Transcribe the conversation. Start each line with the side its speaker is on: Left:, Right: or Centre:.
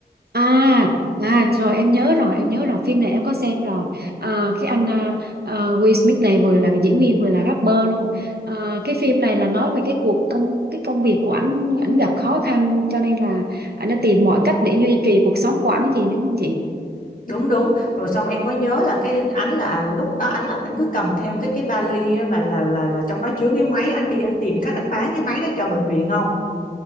Right: À, à rồi em nhớ rồi em nhớ rồi phim này em có xem rồi à, cái anh à, à, Will Smith này vừa là diễn viên vừa là rapper luôn à, cái phim này là nói về cái cuộc công cái công việc của ảnh ảnh gặp khó khăn cho nên là ảnh đã tìm mọi cách để duy trì cuộc sống của ảnh gì đúng không chị
Left: Đúng đúng. Rồi xong em có nhớ là cái ảnh là lúc đó ảnh là anh cứ cầm theo cái cái vali á, mà là là là trong đó chứa cái máy anh đi anh tìm cách anh bán cái máy đó cho bệnh viện không?